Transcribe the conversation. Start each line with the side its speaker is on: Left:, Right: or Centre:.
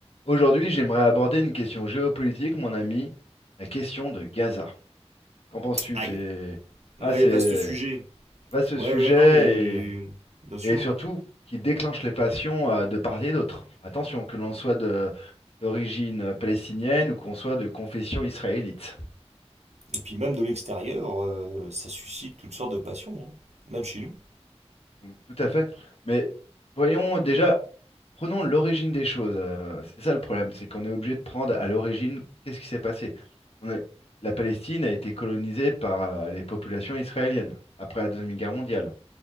Left: Aujourd'hui, j'aimerais aborder une question géopolitique, mon ami, la question de Gaza. Qu'en penses-tu?
Right: Aïe.
Left: T'es... Ah,
Right: Ouais,
Left: c'est
Right: vaste sujet.
Left: vaste
Right: Ouais,
Left: sujet
Right: ouais, non, mais. Bien sûr.
Left: et, et surtout qui déclenche les passions euh, de part et d'autre. Attention, que l'on soit de- d'origine palestinienne ou qu'on soit de confession israélite.
Right: Et puis même de l'extérieur, euh, ça suscite toutes sortes de passions, hein. Même chez nous.
Left: Donc, Tout à fait. Mais voyons déjà Prenons l'origine des choses. euh, c'est ça le problème, c'est qu'on est obligé de prendre à l'origine qu'est-ce qui s'est passé. On est- La Palestine a été colonisée par euh, les populations israéliennes après la Deuxième Guerre mondiale,